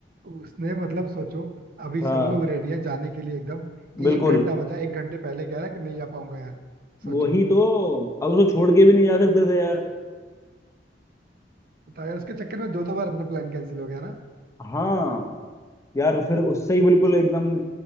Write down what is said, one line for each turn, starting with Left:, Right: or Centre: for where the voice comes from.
Right: उसने मतलब सोचो अभी
Left: हाँ
Right: सब लोग रेडी है जाने के लिए एकदम
Left: बिल्कुल
Right: एक घंटा बचा एक घंटे पहले कह रहा है कि नहीं आ पाऊंगा यार सोचो
Left: वही तो अब उसको छोड़ के भी नहीं जा सकते थे यार
Right: बताया उसके चक्कर में दो दो बार अपना प्लान कैंसिल हो गया ना
Left: हाँ यार फिर उससे ही बिल्कुल एकदम